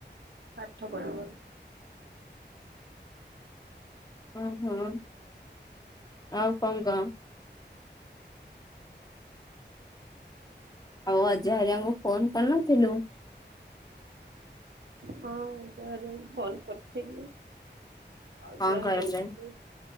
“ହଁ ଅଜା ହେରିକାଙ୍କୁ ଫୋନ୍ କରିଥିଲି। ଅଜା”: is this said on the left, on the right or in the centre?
Right